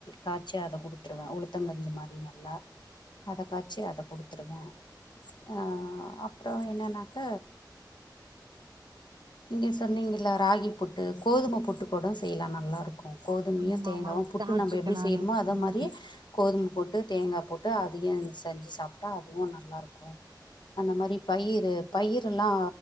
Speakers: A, on the left; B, on the right.
A: காச்சி அத குடுத்துருவ உளுத்தங்கஞ்சி மாரி நல்லா அத காச்சி அத குடுத்துருவ அ அப்றோ என்னனாக் க நீங்க சொன்னீங்கில்ல ராகி புட்டு கோதும புட்டு கூட செய்லா நல்லாருக் கு கோதுமியு
B: ஆமா
A: தேங்காவு
B: ஆமா
A: புட்டு
B: சாப்ட்ருக்கே
A: நம்ப எப்டி
B: நானு
A: செய்றுமோ அத
B: ம்
A: மாரி கோதும் போட்டு தேங்கா போட்டு அதியு இது ஸ் செஞ்சி சாப்ட்டா அதுவு நல்லாருக்கு அந்த மாரி பயிரு பயிருல்லா